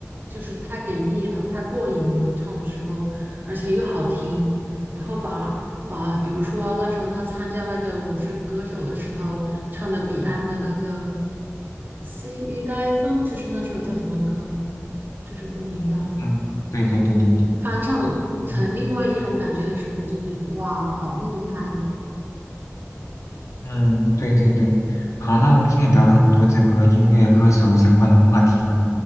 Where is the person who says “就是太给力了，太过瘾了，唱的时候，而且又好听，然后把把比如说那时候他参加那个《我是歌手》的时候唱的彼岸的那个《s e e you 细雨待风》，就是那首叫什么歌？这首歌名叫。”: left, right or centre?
Right